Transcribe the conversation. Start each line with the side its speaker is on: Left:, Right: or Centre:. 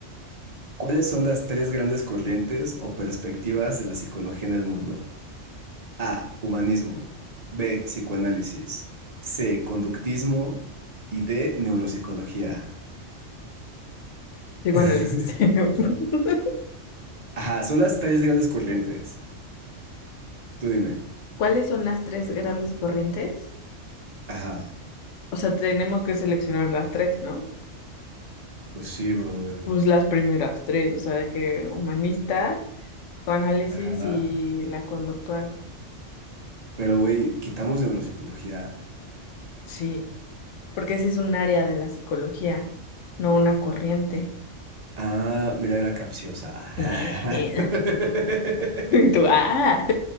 Right: ¿Cuáles son las tres grandes corrientes o perspectivas de la psicología en el mundo? A. Humanismo. B. Psicoanálisis. C. Conductismo. Y D. Neuropsicología.
Left: psicoanálisis.
Right: <laughs>
Left: <laughs>
Right: Ajá, son las tres grandes corrientes. Tú dime.
Left: ¿Cuáles son las tres grandes corrientes?
Right: Ajá.
Left: O sea, tenemos que seleccionar las tres, ¿no?
Right: Pues sí, brother.
Left: Pues las primeras tres, o sea, de que humanista. Psicoanálisis
Right: Ajá.
Left: y la conductual,
Right: Pero, güey, quitamos neuropsicología.
Left: sí, porque ese es un área de la psicología, no una corriente.
Right: Ah, mira, era capciosa.
Left: <laughs> Y
Right: <laughs>
Left: Tú, ah,